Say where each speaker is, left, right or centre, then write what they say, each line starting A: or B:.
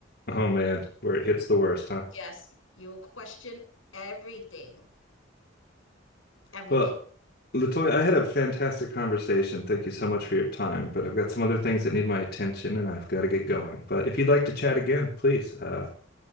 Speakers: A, on the left; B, on the left.
A: Oh man, where it hits the worst, huh?
B: Yes, you will question everything. Everything.
A: Well, Latoya, I had a fantastic conversation. Thank you so much for your time, but I've got some other things that need my attention and I've got to get going. But if you'd like to chat again, please uh,